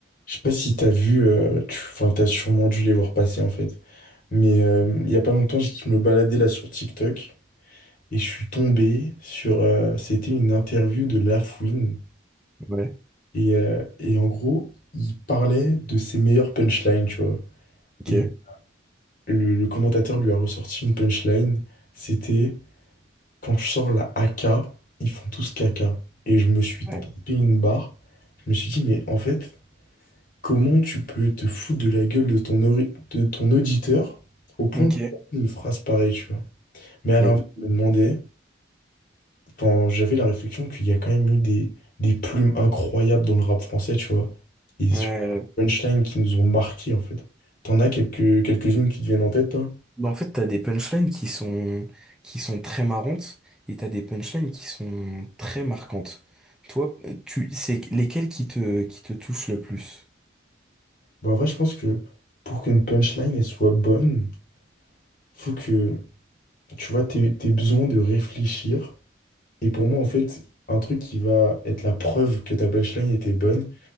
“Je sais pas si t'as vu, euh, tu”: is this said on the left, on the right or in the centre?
Left